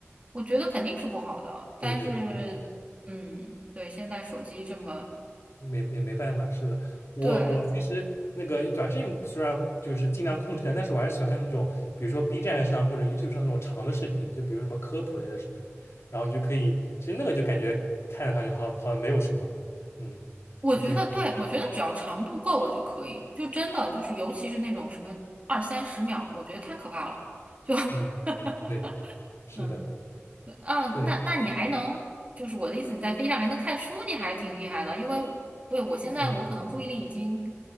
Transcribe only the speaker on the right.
我觉得肯定是不好的，但是，
嗯，对，现在手机这么。
对，
我觉得对，
我觉得只要长度够了就可以，就真的就是，尤其是那种什么二三十秒的，我觉得太可怕了。就
<laughs>
嗯，对啊，
那那你还能，就是我的意思，你在飞机上还能看书，你还挺厉害的。因为我对我现在我可能注意力已经